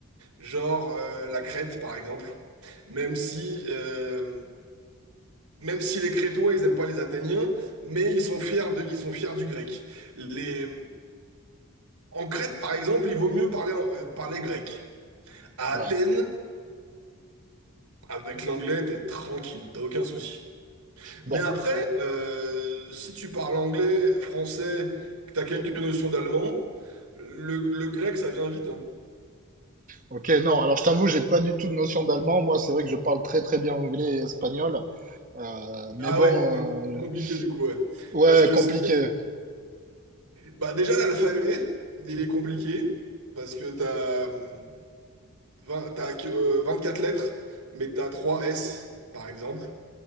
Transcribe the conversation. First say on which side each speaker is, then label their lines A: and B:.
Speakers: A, on the right (about 90°); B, on the right (about 35°).
A: Genre euh, la Crète, par exemple. Même si, euh, même si les Crétois, ils n'aiment pas les Athéniens, mais ils sont fiers de, ils sont fiers du grec. Les, en Crète, par exemple, il vaut mieux parler, en- euh, parler grec. À
B: Voilà.
A: Athènes, avec l'anglais, t'es tranquille, t'as aucun souci.
B: Bon,
A: Mais après, euh, si tu parles anglais, français, que t'as quelques notions d'allemand, le, le grec, ça vient vite, hein.
B: ok, non, alors je t'avoue, j'ai pas du tout de notion d'allemand. Moi, c'est vrai que je parle très très bien anglais et espagnol. Euh, mais
A: Ah
B: bon,
A: ouais, mm, plus compliqué
B: euh,
A: du coup, ouais.
B: ouais,
A: Parce que
B: compliqué.
A: c'est Bah déjà l'alphabet, il est compliqué parce que t'as hum, 20 t'as que, euh, 24 lettres, mais t'as 3 S par exemple.